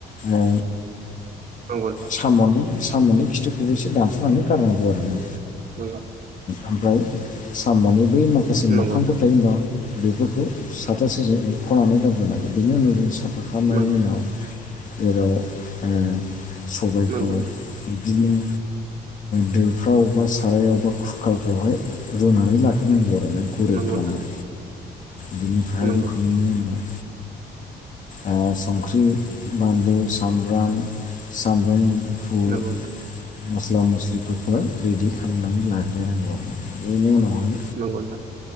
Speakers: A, on the left (about 45°); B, on the right (about 50°).
A: ओ
B: नंगौ
A: साम'नि साम'नि खिथुखौबो एसे दानस'नानै गारनांगौ आरो ना
B: नंगौ
A: ओमफ्राय साम'नि बै माखासे
B: नोंथां
A: मोखांफोर थायो दा बेफोरखौ साथासे जों खनानै गाबग्रोनांगोन बेनि उनाव जों सा फाखनायनि
B: नंगौ
A: उनाव
B: नोंथां
A: जेराव ओ सबायखौ
B: नंगौ
A: बिदिनो दोफ्राव बा सारायाव बा कुकारफ्रावहाय रुनानै लाग्रोनांगौ आरोना गुरि
B: नोंथां
A: खालामनाय बिनिफ्रायाय
B: नंगौ
A: रुखांनायनि उनाव ओ संख्रि बान्लु सामब्राम सामब्राम गुपुर
B: नोंथां
A: मस्ला मस्लिफोरखौहाय रेडि खालामनानै लाग्रोनांगौ आरो बेनि उनावहाय
B: नंगौ नोंथां